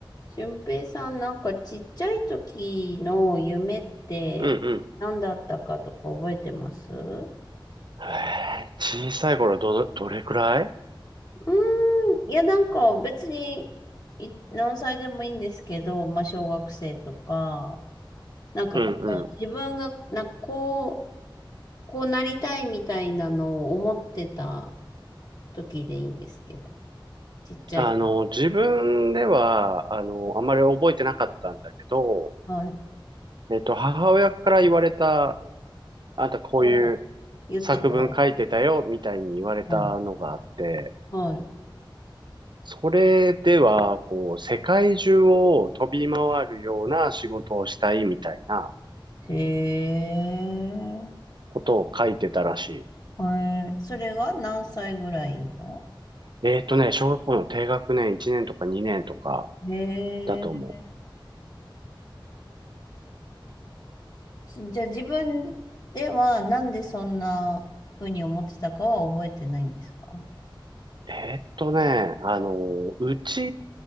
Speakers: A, on the left; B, on the right.
A: 俊平さん、なんかちっちゃい時の夢って何だったかとか覚えてますう
B: うんうんへえ、小さい頃ど、どれくらい
A: ーん、いや、なんか別にい何歳でもいいんですけど、まあ小学生とか、なんかこう自分がなんかこう、
B: うん。うん
A: こうなりたいみたいなのを思ってた時でいいんですけど、ちっちゃい子。
B: あの、自分では、あの、あまり覚えてなかったんだけど、
A: はい。
B: えっと、母親から言われた、あんたこういう
A: お言ってたよ。
B: 作文書いてたよ、みたいに言われたのがあって、
A: うんはい。
B: それでは、こう、世界中を飛び回るような仕事をしたい、みたいな
A: へえ。
B: ことを書いてたらし
A: えー、それが何歳ぐらいの
B: い。えっとね、小学校の低学年1年とか2年とか
A: へ
B: だと思う。
A: え。つじゃあ自分ではなんでそんな風に思ってたかは覚えてないんですか
B: えっとね、あの、うち